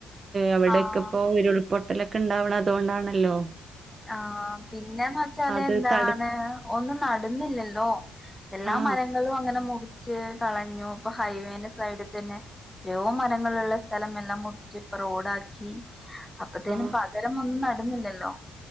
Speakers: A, on the right; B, in the centre.
A: അവിടെയൊക്കെ
B: ആഹ്
A: ഇപ്പോ ഉരുൾപൊട്ടലൊക്കെ ഉണ്ടാവണ അതുകൊണ്ടാണല്ലോ
B: ആഹ് പിന്നെന്ന് വെച്ചാല്
A: അത്
B: എന്താണ്
A: തടു
B: ഒന്നും നടന്നില്ലല്ലോ എല്ലാ
A: ആ
B: മരങ്ങളും അങ്ങനെ മുറി ച്ച് കളഞ്ഞു ഇപ്പ ഹൈവേന്റെ സൈഡിൽ തന്നെ എത്രയോ മരങ്ങളുള്ള സ്ഥലം എല്ലാം മുറിച്ച് പ്പൊ റോഡാക്കി അപ്പത്തേനും
A: ആ
B: പകരൊന്നും നടന്നില്ലല്ലോ